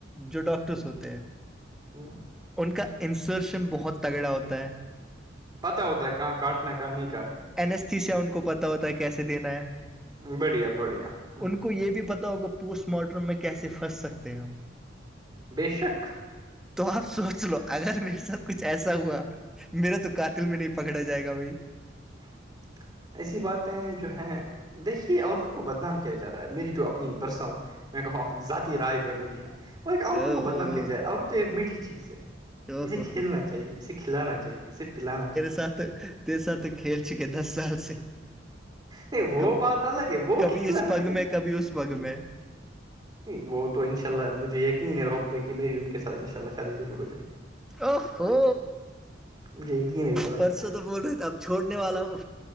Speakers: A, in the centre; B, on the right (about 25°).
A: جو ڈاکٹرس ہوتے ہیں
B: تو
A: ان کا انسرشن بہت تگڑا ہوتا ہے
B: پتا ہوتا ہے کہاں کاٹنا ہے کہاں نہیں کاٹنا ہے
A: استسیا ان کو پتا ہوتا ہے کیسے دینا ہے
B: ہے۔ بڑھیا بڑھیا ہ
A: ان کو یہ بھی پتا ہو کہ پوسٹ مارٹم میں کیسے پھنس سکتے ہیں ہم
B: بے شک
A: تو آپ سوچ لو اگر میرے ساتھ کچھ ایسا ہوا میرا تو قاتل میں نہیں پکڑا جائے گا بھائی
B: اچھا ایسی باتیں جو ہیں دیکھیے عورتوں کو بدنام کیا جا رہا ہے میری جو اپنی پرسنل میں کہوں ذاتی رائے جو ہے میری ہے وہ ایک عورتوں
A: او
B: کو
A: او
B: بدنام
A: او
B: کیا جائے عورت ایک میٹھی چیز ہے
A: او
B: اسے
A: ہو
B: کھیلنا
A: ہو ہو۔
B: چاہیے اسے کھلانا چاہیے اسے پلانا چاہیے
A: سات <unintelligible> تی سااتھ تو کھیل چکے دس سال سے
B: نہیں وہ
A: کب
B: بات الگ ہے وہ
A: کبھی
B: کھیلا
A: اس پگ
B: میں نے
A: کبھی اس پگ میں
B: نہیں وہ تو ان شاء اللہ مجھے یقین ہے ربے کہ میری ان کے ساتھ ان شاء اللہ شادی ضرور ہو جائے گی
A: او ہو
B: مجھے یقین ہے اس بات
A: پرسوں
B: پہ
A: تو بول رہے تھے اب چھوڑنے والا ہوں